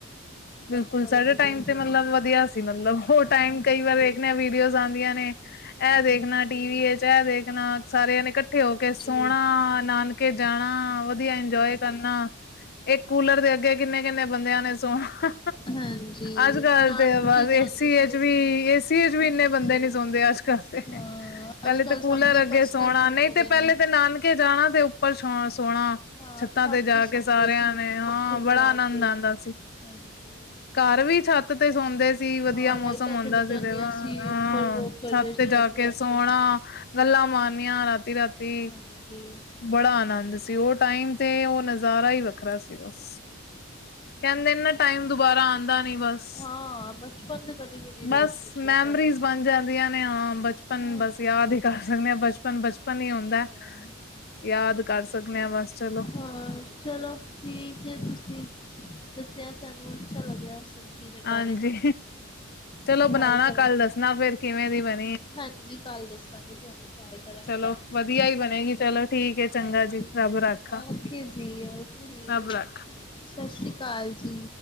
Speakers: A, on the left; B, on the left.
A: ਬਿਲਕੁਲ
B: ਅੱਜ ਕੱਲ੍ਹ
A: ਸਾਡੇ
B: ਤਾਂ ਬਹੁਤ
A: ਟਾਈਮ
B: ਜ਼ਿਆਦਾ
A: ਤੇ ਮਤਲਬ ਵਧੀਆ ਸੀ ਮਤਲਬ ਓ ਟਾਈਮ
B: ਹਾਂਜੀ
A: ਕਈ ਵਾਰ ਇੱਕ ਨਾ ਵੀਡੀਓਜ਼ ਆਂਦੀਆ ਨੇ ਇਹ ਦੇਖਣਾ
B: ਹਾਂਜੀ
A: ਟੀ ਵੀ ਇਹ ਦੇਖਣਾ ਸਾਰਿਆਂ ਨੇ ਇਕੱਠੇ ਹੋ ਕੇ ਸੋਣਾ
B: ਹਾਂਜੀ
A: ਨਾਨਕੇ ਜਾਣਾ ਵਧੀਆ ਇੰਜੋਏ
B: ਹਾਂਜੀ
A: ਕਰਨਾ। ਇੱਕ ਕੂਲਰ ਦੇ ਅੱਗੇ ਕਿੰਨੇ-ਕਿੰਨੇ ਬੰਦਿਆਂ ਨੇ ਸੋਣਾ।
B: ਹਾਂਜੀ
A: ਅੱਜ-ਕੱਲ
B: ਨਾਨਕੇ
A: ਤੇ ਬਸ
B: ਜਾਂਦੇ
A: ਏਸੀ
B: ਸੀ
A: ਏ ਚ
B: ਅਸੀਂ
A: ਵੀ ਏਸੀ ਏ ਚ ਵੀ
B: ਹਾਂਜੀ
A: ਇੰਨੇ ਬੰਦੇ ਨੀ ਸੌਦੇ ਅੱਜ-ਕੱਲ। ਕਰਦੇ
B: ਹਾਂ
A: ਪਹਿਲੇ
B: ਅੱਜ ਕੱਲ੍ਹ
A: ਤੇ
B: ਸਭ
A: ਕੂਲਰ
B: ਦੇ
A: ਅੱਗੇ
B: ਪਰਸਨਲ
A: ਸੋਣਾ
B: ਰੂਮ
A: ਨਹੀਂ
B: ਹੋ ਗਏ
A: ਤੇ ਪਹਿਲੇ
B: ਨੇ
A: ਤੇ ਨਾਨਕੇ ਜਾਣਾ ਤੇ, ਉੱਪਰ ਸੋ ਸੋਣਾ
B: ਹਾਂ
A: ਛੱਤਾਂ
B: ਛੱਤ
A: ਤੇ ਜਾ
B: ਸੌਂਦੇ
A: ਕੇ ਸਾਰਿਆਂ
B: ਸੀ
A: ਨੇ ਹਾਂ
B: ਪੰਖੇ
A: ਬੜਾ
B: ਚਲਾ
A: ਆਨੰਦ
B: ਕੇ
A: ਆਂਦਾ ਸੀ।
B: ਹਾਂਜੀ,
A: ਘਰ ਵੀ ਛੱਤ ਤੇ ਸੌਂਦੇ ਸੀ, ਵਧੀਆ
B: ਹਾਂ
A: ਮੌਸਮ
B: ਲਾਈਟਾਂ
A: ਹੁੰਦਾ
B: ਚਲੀ
A: ਸੀ,
B: ਜਾਂਦੀਆਂ
A: ਆ
B: ਉੱਪਰ ਵੋਕ ਕਰਦੇ
A: ਛੱਤ
B: ਸੀ
A: ਤੇ
B: ਰਾਤੀ-ਰਾਤੀ।
A: ਜਾ ਕੇ ਸੋਣਾ, ਗੱਲਾਂ ਮਾਰ ਨੀਆ, ਰਾਤੀ-ਰਾਤੀ
B: ਹਾਂਜੀ-ਹਾਂਜੀ।
A: ਬੜਾ ਆਨੰਦ ਸੀ, ਉਹ ਟਾਈਮ ਤੇ ਉਹ ਨਜ਼ਾਰਾ ਹੀ ਵੱਖ ਖਰਾ ਸੀ ਬਸ। ਕਹਿੰਦੇ ਨੇ ਨਾ ਟਾਈਮ ਦੁਬਾਰਾ ਆਂਦਾ ਨੀ ਬਸ,
B: ਹਾਂ ਬਚਪਨ ਤੇ ਕਦੇ ਵੀ ਨਹੀਂ ਰੋਟ
A: ਬਸ
B: ਸਕਦਾ
A: ਮੈਮਰੀਜ਼
B: ਸਾਡਾ।
A: ਬਣ ਜਾਂਦੀਆਂ ਨੇ। ਹਾਂ ਬਚਪਨ
B: ਹਾਂਜੀ
A: ਬਸ ਯਾਦ ਹੀ ਕਰ ਲੈਂਦੇਂ ਆ, ਬਚਪਨ-ਬਚਪਨ ਹੀ ਹੁੰਦਾ।
B: ਹਾਂ।
A: ਯਾਦ ਕਰ ਸਕਨੇ ਆ, ਬਸ ਚਲੋ।
B: ਹਾਂ ਚਲੋ ਠੀਕ ਐ, ਤੁਸੀਂ ਦੱਸਿਆ ਸਾਨੂੰ ਅੱਛਾ ਲੱਗਿਆ। ਸਬਜ਼ੀ ਦੇ
A: ਹਾਂਜੀ,
B: ਬਾਰੇ
A: ਚਲੋ
B: ਟਰਾਈ
A: ਬਣਾਣਾ
B: ਕਰਾਂਗੇ।
A: ਕੱਲ, ਦੱਸਣਾ ਫੇਰ ਕਿਵੇਂ ਦੀ ਬਣ
B: ਹਾਂਜੀ ਕੱਲ ਦੱਸਾਂਗੀ, ਤੁਹਾਨੂੰ ਟਰਾਈ ਕਰਾਂਗੀ
A: ਚਲੋ
B: ਨਾ।
A: ਵਧੀਆ ਹੀ
B: ਹਾਂਜੀ,
A: ਬਣੇਗੀ ਚਲੋ ਠੀਕ ਹੈ ਚੰਗਾ
B: ਹਾਂਜੀ।
A: ਜੀ ਰੱਬ ਰਾਖਾ
B: ਓਕੇ ਜੀ, ਓਕੇ।
A: ਰੱਬ ਰਾਖਾ
B: ਸਤਿ ਸ਼੍ਰੀ ਅਕਾਲ ਜੀ।